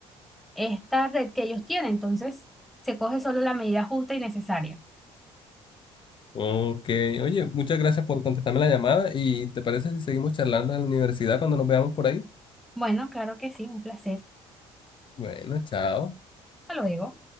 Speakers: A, in the centre; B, on the left (about 45°).
A: esta red que ellos tienen. Entonces, se coge solo la medida justa y necesaria.
B: Ok, oye, muchas gracias por contestarme la llamada y ¿te parece si seguimos charlando en la universidad cuando nos veamos por ahí?
A: Bueno, claro que sí, un placer.
B: Bueno, chao.
A: Hasta luego.